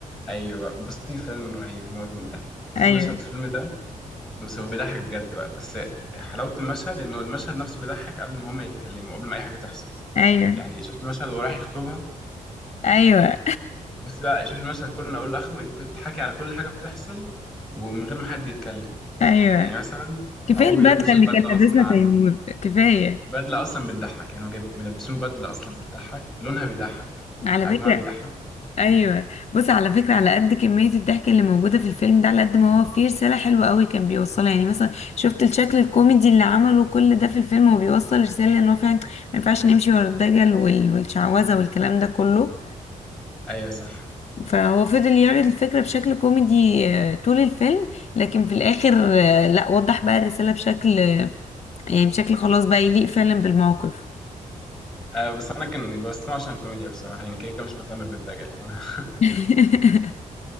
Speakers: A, in the centre; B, on the left.
A: ايوه بصي فيلم رهيب يموت من الضحك في
B: ايوه
A: مشهد في الفيلم ده بس هو بيضحك بجد بقى بس حلاوه المشهد انه المشهد نفسه بيضحك قبل ما هما يتكلموا قبل ما اي حاجه تحصل
B: ايوه
A: يعني شفت مشهد وهو رايح يخطبها
B: ايوه
A: بس لا شوف المشهد كله من اوله لاخره انت كنت حاكي على كل حاجه بتحصل ومن غير ما حد يتكلم
B: <laughs> ايوه
A: يعني مثلا
B: كفاية
A: ابوه
B: البدلة
A: بيلبسه
B: اللي
A: البدله
B: كان لابسها
A: غصب عنه
B: تيمور كفاية
A: بدله اصلا بتضحك يعني هو جايب ملبسينه بدله اصلا بتضحك لونها بيضحك
B: على
A: حجمها
B: فكرة
A: بيضحك
B: ايوه بص على فكره على قد كميه الضحك اللي موجوده في الفيلم ده على قد ما هو فيه رساله حلوه قوي كان بيوصلها يعني مثلا شفت الشكل الكوميدي اللي عمله كل ده في الفيلم هو بيوصل رساله ان هو فعلا ما ينفعش نمشي ورا الدجل وال- والشعوذه والكلام ده كله
A: ايوه صح
B: فهو فضل يعرض الفكره بشكل كوميدي آه، طول الفيلم لكن في الاخر آه، لا وضح بقى الرساله بشكل آه، يعني بشكل خلاص بقى يليق فعلا بالموقف
A: أه بس انا كان بسمع عشان الكوميديا بصراحه يعني كده كده مش مهتم بالدجل فاهم <laughs>
B: <laughs>